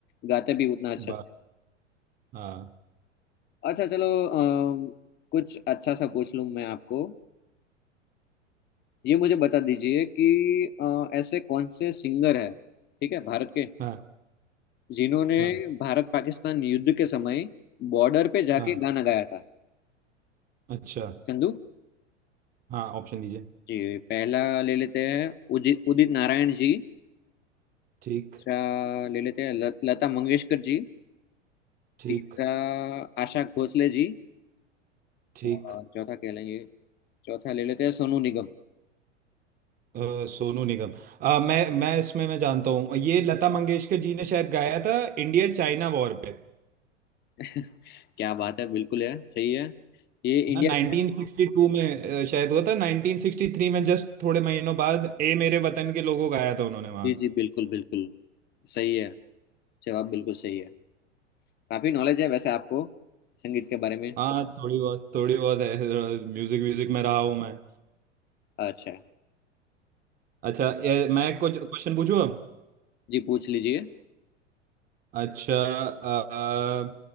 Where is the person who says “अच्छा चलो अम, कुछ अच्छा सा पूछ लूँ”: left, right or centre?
Left